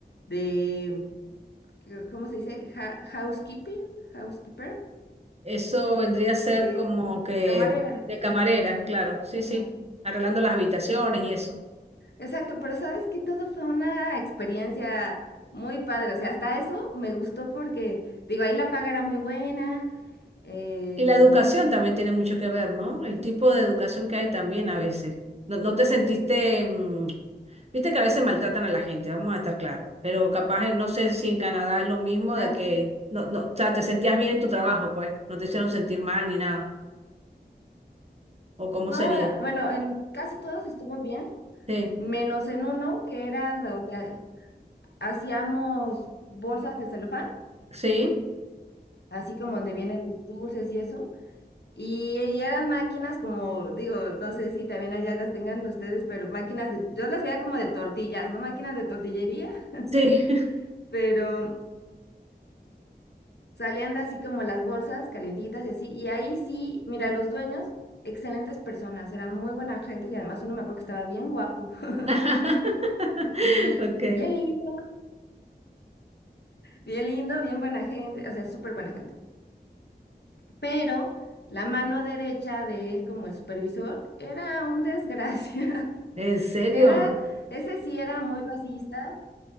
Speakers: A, on the left (about 75°); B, on the right (about 35°).
A: de, eh, ¿cómo se dice? Ha- housekeeping, housekeeper,
B: Eso vendría a ser
A: de
B: como que
A: camarera.
B: de camarera, claro, sí, sí.
A: Ajá.
B: Arreglando las habitaciones y eso.
A: Exacto, pero sabes que todo fue una experiencia muy padre, o sea, hasta eso me gustó porque, digo, ahí la paga era muy buena. Eh,
B: Y la educación también tiene mucho que ver, ¿no? El tipo de educación que hay también a veces. No, no te sentiste, mm, viste que a veces maltratan a la gente, vamos a estar claros, pero capaz, en- no sé si en Canadá es lo mismo
A: ah,
B: de que,
A: sí.
B: no, no, o sea, te sentías bien en tu trabajo, pues, no te hicieron sentir mal ni nada, o cómo
A: No,
B: sería.
A: bueno, en casi todos estuvo bien,
B: Sí,
A: menos en uno que era donde hacíamos bolsas de celofán,
B: sí,
A: así como donde vienen los dulces y eso. Y, y eran máquinas como, digo, no sé si también allá las tengan ustedes, pero máquinas de, yo las veía como de tortillas, ¿no? Máquinas de tortillería, <laughs>
B: sí.
A: pero salían de así como las bolsas calientitas y así. Y ahí sí, mira, los dueños, excelentes personas, eran muy buena gente y además uno me acuerdo que estaba bien guapo. <laughs>
B: <laughs>
A: Y
B: Ok,
A: bien lindo Bien lindo, bien buena gente, o sea, súper buena gente. Pero la mano derecha de él como el supervisor era un desgracia. <laughs>
B: ¿en serio?
A: Era, ese sí era muy racista.